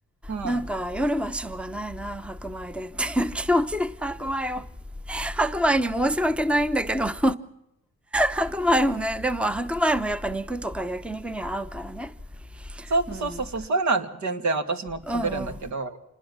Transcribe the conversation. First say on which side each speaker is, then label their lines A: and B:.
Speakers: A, on the right (about 65°); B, in the centre.
A: うん。
B: なんか夜はしょうがないな白米でっていう気持ちで白米を白米に申し訳ないんだけど <laughs> 白米もねでも白米もやっぱ肉とか焼肉には合うからね、
A: そうそうそうそう、
B: うん、
A: そういうのは全然私も食べるんだけど、
B: うんうんうんうん